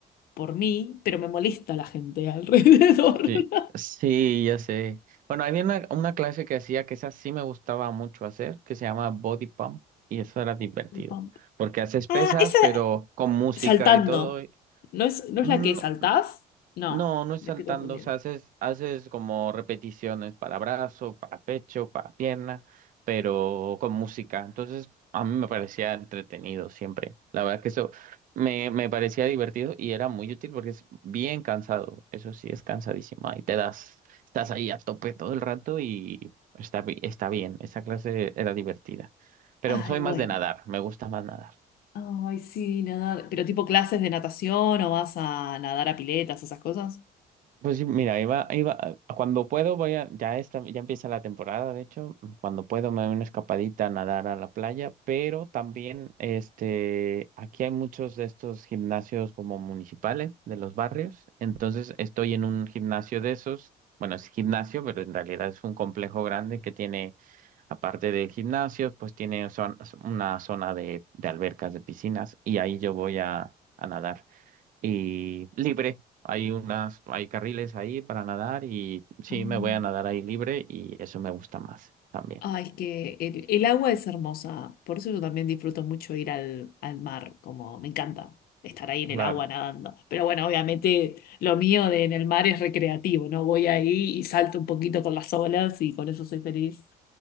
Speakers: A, on the left (about 65°); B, on the right (about 55°).
A: por mí, pero me molesta la gente alrededor.
B: Sí,
A: <laughs>
B: sí, ya sé. Bueno, había una, una clase que hacía que esa sí me gustaba mucho hacer, que se llama Body Pump, y eso era divertido,
A: El pump.
B: porque haces pesas,
A: Ah, esa,
B: pero con música
A: Saltando.
B: y todo. y-
A: ¿No es, no es
B: mm,
A: la que saltás? No,
B: no, no es
A: me
B: saltando,
A: estoy confundiendo.
B: o sea, haces, haces como repeticiones para brazo, para pecho, para pierna, pero con música. Entonces, a mí me parecía entretenido siempre. La verdad que eso me, me parecía divertido y era muy útil porque es bien cansado. Eso sí, es cansadísimo. Ahí te das, estás ahí a tope todo el rato y está, bi- está bien. Esa clase era divertida. Pero
A: Ay,
B: soy
A: bueno.
B: más de nadar, me gusta más nadar.
A: Ay, sí, nadar. Pero tipo clases de natación o vas a nadar a piletas, esas cosas.
B: Pues sí, mira, iba, iba, cuando puedo voy a, ya esta, ya empieza la temporada, de hecho, cuando puedo me doy una escapadita a nadar a la playa, pero también, este, aquí hay muchos de estos gimnasios como municipales de los barrios, entonces estoy en un gimnasio de esos, bueno, es gimnasio, pero en realidad es un complejo grande que tiene, aparte de gimnasios, pues tiene zon- una zona de, de albercas, de piscinas, y ahí yo voy a, a nadar y libre. Hay unas, hay carriles ahí para nadar y sí,
A: Ah.
B: me voy a nadar ahí libre y eso me gusta más también.
A: Ay, es que el, el agua es hermosa. Por eso yo también disfruto mucho ir al, al mar. Como me encanta estar ahí en
B: Claro,
A: el agua nadando. Pero bueno, obviamente lo mío de en el mar es recreativo, ¿no? Voy ahí y salto un poquito con las olas y con eso soy feliz.